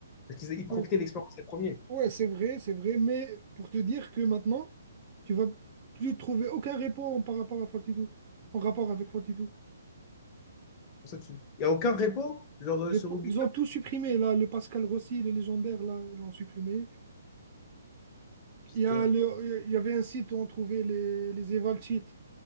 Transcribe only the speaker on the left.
Parce qu'ils ils profitaient
de l'expérience des premiers.
Pour ça, tu... Il n'y a aucun repo, genre, euh,
sur
GitHub.
Putain.